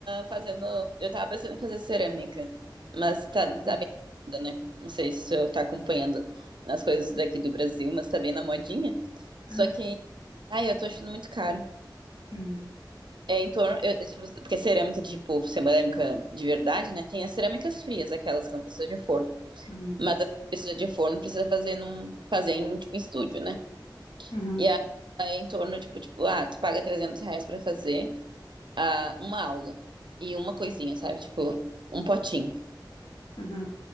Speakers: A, on the right (about 70°); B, on the left (about 80°).
A: fazendo. Eu tava pensando em fazer cerâmica, mas tá,
B: Ah,
A: tá bem na moda, né? Não sei se eu tá acompanhando as coisas daqui do Brasil, mas tá bem na modinha. Só
B: ah,
A: que, ai, eu tô achando muito caro.
B: hum,
A: É em torno. eu- eu- porque cerâmica, tipo, cerâmica de verdade, né? Tem as cerâmicas frias, aquelas que não precisa de forno.
B: uhum,
A: Mas as que precisa de forno, precisa fazer, num, fazer em, tipo, em estúdio, né?
B: uhum,
A: E aí é em torno, tipo, tipo, ah, tu paga 300 reais pra fazer. ah, uma aula e uma coisinha, sabe? Tipo, um potinho.
B: uhum.